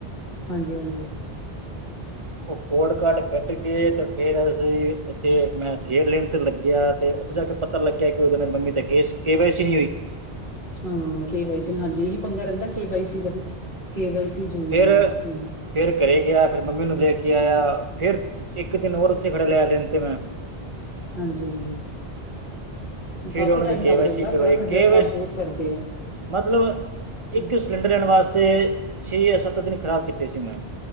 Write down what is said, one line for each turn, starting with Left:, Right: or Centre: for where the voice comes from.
Left: ਹਾਂਜੀ ਹਾਂਜੀ।
Right: <unintelligible> ਉਹ ਕੋਡ ਕਾਰਟ ਕੱਢ ਕੇ ਤੇ ਫੇਰ ਅਸੀਂ ਉੱਥੇ ਮੈਂ ਫੇਰ ਲਾਈਨ ਲੱਗਿਆ ਤੇ- ਅੱਛਾ ਉਥੇ ਪੱਤਾ ਲੱਗਿਆ ਕੇ ਮੰਮੀ ਦੇ ਨਾਮ ਤੇ ਕੇਸ-ਕੇ ਵਾਈਸੀ ਨਹੀਂ ਹੋਈ
Left: ਹੂੰ, ਕੇਵਾਈਸੀ ਹੋਣੀ ਚਾਹੀਦੀ ਇਹੀ ਪੰਗਾ ਰਹਿੰਦਾ ਸੀ ਕਿ ਵਾਈ ਸੀ ਦਾ ਵੀ। ਕੇ ਵਾਈ ਸੀ ਜ਼ਰੂਰੀ
Right: ਫੇਰ
Left: ਐ। ਹੂੰ
Right: ਫੇਰ ਘਰੇ ਗਿਆ ਫਿਰ ਮੰਮੀ ਨੂੰ ਲੈ ਕੇ ਆਇਆ। ਫੇਰ ਇੱਕ ਦਿਨ ਹੋਰ ਉੱਥੇ ਖੜਾ ਰਿਹਾ ਲੈਣ ਤੋ।
Left: ਹਾਂਜੀ ਹਾਂਜੀ
Right: ਫੇਰ
Left: ਕਾਫ਼ੀ
Right: ਉਹਨਾਂ
Left: ਟਾਈਮ
Right: ਦੀ ਕੇ
Left: ਲੱਗ
Right: ਵਾਈ
Left: ਜਾਂਦਾ
Right: ਸੀ ਕਰਵਾਈ
Left: ਬੜਾ ਖੱਜਲ-ਖੁਆਰ
Right: ਕੇ ਵਾਈ ਸੀ
Left: ਬੋਤ ਕਰਦੇ ਐ। ਹੂੰ
Right: ਮਤਲਬ ਇੱਕ ਸਿਲੰਡਰ ਲੈਣ ਵਾਸਤੇ, ਛੇ ਯਾ ਸੱਤ ਦਿਨ ਖ਼ਰਾਬ ਕੀਤੇ ਸੀ ਮੈ।